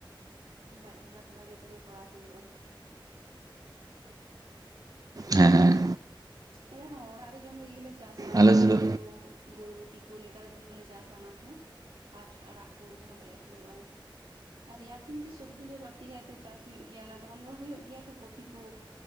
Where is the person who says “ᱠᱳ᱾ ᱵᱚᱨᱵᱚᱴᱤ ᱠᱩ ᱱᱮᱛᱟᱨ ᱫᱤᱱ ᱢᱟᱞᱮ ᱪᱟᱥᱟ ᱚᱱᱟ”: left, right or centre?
Right